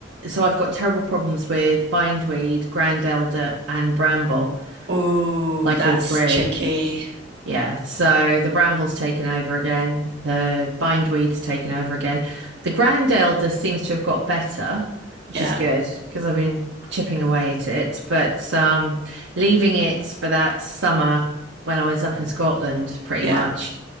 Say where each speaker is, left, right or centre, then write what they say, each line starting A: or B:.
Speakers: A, on the right; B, on the right.
A: So I've got terrible problems with bindweed, grand elder, and bramble,
B: Oh,
A: like
B: that's
A: all three.
B: tricky.
A: Yeah. So the bramble's taken over again. The bindweed's taken over again. The grand elder seems to have got better, which
B: Yeah,
A: is good because I've been chipping away at it. But um, leaving it for that summer when I was up in Scotland, pretty
B: yeah.
A: much.